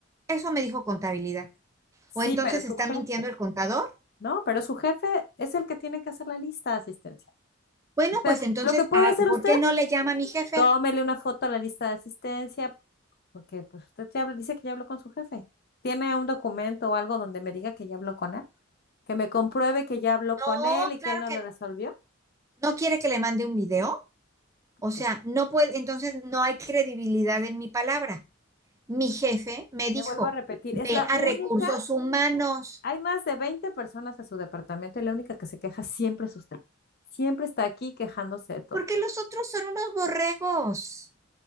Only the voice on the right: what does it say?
Eso me dijo contabilidad.
o entonces
está
mintiendo el contador.
Bueno,
pues entonces,
ah,
¿por
qué no le llama a mi jefe?
No,
claro
que
no.
¿No quiere que le mande un video? O
sea, no puede, entonces no hay credibilidad en mi palabra. Mi jefe me
dijo,
ve
a
recursos humanos,
porque los otros son unos borregos.